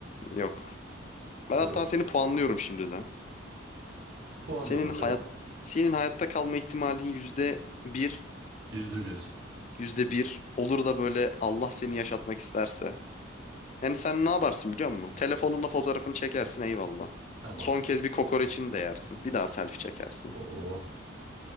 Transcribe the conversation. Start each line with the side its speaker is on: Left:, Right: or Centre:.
Left: Yok. Ben hatta
Right: Bunu
Left: seni puanlıyorum şimdiden.
Right: puanla
Left: Senin
Right: bakalım.
Left: hayat senin hayatta kalma ihtimalin yüzde bir,
Right: Yüzde bir.
Left: yüzde bir olur da böyle Allah seni yaşatmak isterse. Yani sen ne yaparsın biliyor musun? Telefonunla fotoğrafını çekersin eyvallah.
Right: Tamam.
Left: Son kez bir kokoreçini de yersin. Bir daha selfie çekersin.
Right: Oo.